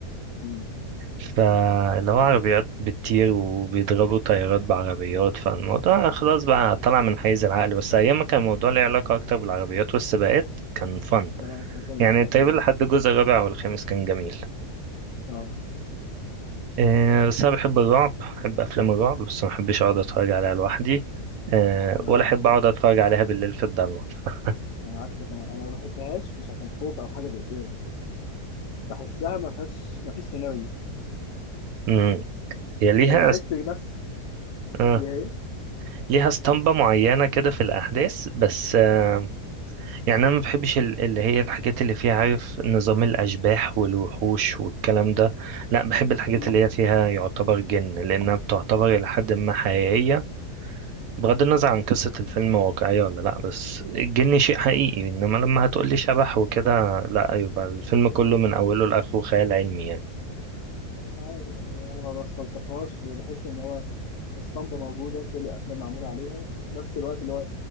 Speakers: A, on the left; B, on the right.
A: مم.
B: فاللي هو عربيات بتطير وبيضربوا طيارات بعربيات فالموضوع خلاص بقى طلع من حيز العقل بس أيام ما كان الموضوع ليه علاقة أكتر بالعربيات والسباقات كان فن
A: أه كان فيلم
B: يعني
A: كان
B: تقريبا
A: حلو يعني.
B: لحد الجزء الرابع والخامس كان جميل
A: أه
B: آه، بس أنا بحب الرعب بحب أفلام الرعب بس ما بحبش أقعد أتفرج عليها لوحدي آه،
A: أنا
B: ولا أحب
A: عكسك
B: أقعد أتفرج عليها بالليل في الضلمة <laughs>
A: أنا عكسك أنا أنا ما بحبهاش مش عشان خوف أو حاجة زي كده بحسها ما فيهاش ما فيش سيناريو
B: مم. هي ليها
A: يعني بحس نفس
B: آه.
A: هي هي
B: ليها اسطمبة معينة كده في الأحداث بس آه. يعني أنا ما بحبش ال- اللي هي الحاجات اللي فيها عارف نظام الأشباح والوحوش والكلام ده لا بحب الحاجات
A: مم.
B: اللي هي فيها يعتبر جن لأنها بتعتبر إلى حد ما حقيقية بغض النظر عن قصة الفيلم واقعية ولا لا بس الجن شيء حقيقي إنما لما هتقولي شبح وكده لا يبقى الفيلم كله من أوله لآخره خيال علمي يعني
A: مش عارف يعني انا ما بستلطفهاش ليه بحس ان هو اسطمبة موجودة كل الافلام معمولة عليها وفي نفس الوقت اللي هو